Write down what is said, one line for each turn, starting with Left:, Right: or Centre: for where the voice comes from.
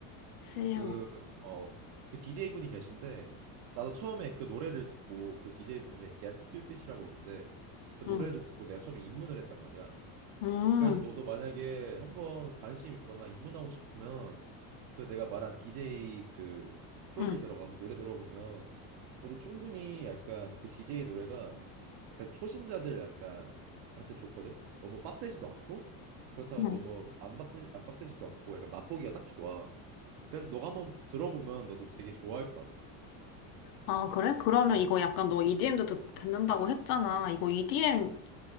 Left: 글쎄
Right: 그, 어, 그 DJ분이 계신데, 나도 처음에 그 노래를 듣고, 그 DJ분 중에 Get Stupid이라고 있는데, 그 노래를
Left: 응,
Right: 듣고 내가 처음에 입문을 했단 말이야.
Left: 음,
Right: 그래서 너도 만약에 한번 관심 있거나 입문하고 싶으면, 그 내가 말한 DJ 그 프로필
Left: 음,
Right: 들어가서 노래 들어보면 너도 충분히 약간 그 DJ 노래가 약간 초심자들 약간 한테 좋거든. 너무 빡세지도 않고 그렇다고
Left: 음.
Right: 너무 안 빡세 안 빡세지도 않고 약간 맛보기가 딱 좋아. 그래서 너가 한번 들어보면 너도 되게 좋아할 것 같아.
Left: 아, 그래? 그러면 이거 약간 너 EDM도 듣, 듣는다고 했잖아. 이거 EDM,